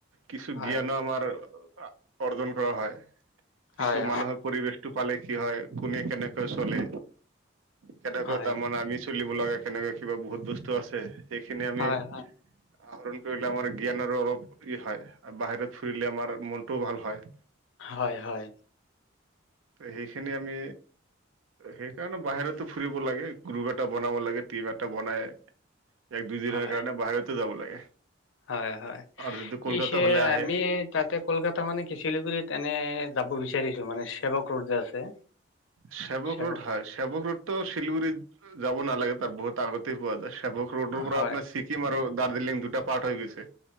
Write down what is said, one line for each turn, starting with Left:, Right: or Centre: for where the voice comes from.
Right: কিছু
Left: হয়
Right: জ্ঞানো আমাৰ অৰ্জন কৰা হয় কিছু
Left: হয়
Right: মানুহক পৰিবেশটো পালে কি হয় কোনে কেনেকৈ চলে কেনেকৈ
Left: হয়
Right: তাৰমানে আমি চলিব লাগে কেনেকে কিবা বহুত বস্তু আছে সেইখিনি আমি
Left: হয় হয়
Right: আহৰণ কৰিলে আমাৰ জ্ঞানৰো অলপ ই হয় বাহিৰত ফুৰিলে আমাৰ মনটোও ভাল হয়
Left: হয় হয়
Right: ত সেইখিনি আমি সেইকাৰণে বাহিৰতো ফুৰিব লাগে গ্ৰুপ এটা বনাব লাগে টিম এটা বনাই এক দুই
Left: হয়
Right: দিনৰ কাৰণে বাহিৰতো যাব লাগে
Left: হয় হয়
Right: আৰু যদি কলকাতা
Left: ইচ এ
Right: ফালে আহে
Left: আমি তাতে কলকাতা মানে কি চিলিগুৰিত এনে যাব বিচাৰিছো মানে চেৱা কৰ্ড যে আছে
Right: চেবক
Left: চেৱক
Right: ৰোড হয় চেবক ৰোডটো শিলগুৰিত যাব নালাগে তাৰ বহুত আগতেই পোৱা যায় চেৱক ৰোডৰ পৰা
Left: হয়
Right: আপোনাৰ ছিকিম আৰু দাৰ্জিলিং দুটা পাৰ্ট হৈ গৈছে